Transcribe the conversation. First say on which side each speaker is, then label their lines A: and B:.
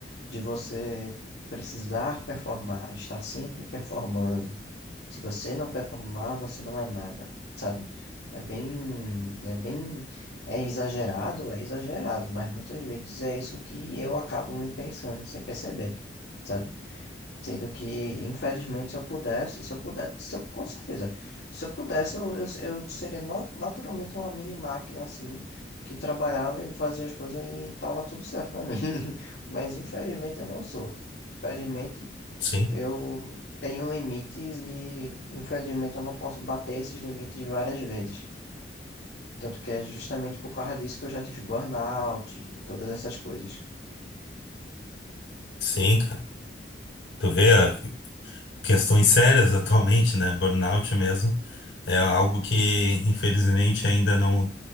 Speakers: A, on the left; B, on the left.
A: de você precisar performar, estar sempre performando. Se você não performar, você não é nada, sabe? É bem, é bem, é exagerado, é exagerado, mas muitas vezes é isso que eu acabo me pensando sem perceber, sabe? Sendo que, infelizmente, se eu pudesse, se eu pudesse, se eu, com certeza, se eu pudesse, eu, eu, eu seria no- naturalmente uma mini máquina assim, que trabalhava e fazia as coisas e tava tudo certo pra mim. <laughs> Mas infelizmente eu não sou. Infelizmente,
B: Sim,
A: eu tenho limites e, infelizmente, eu não posso bater esses limites várias vezes. Tanto que é justamente por causa disso que eu já tive burnout e todas essas coisas.
B: sim, cara. Tu vê ah, questões sérias <laughs> atualmente, né? Burnout mesmo. É algo que, infelizmente, ainda não,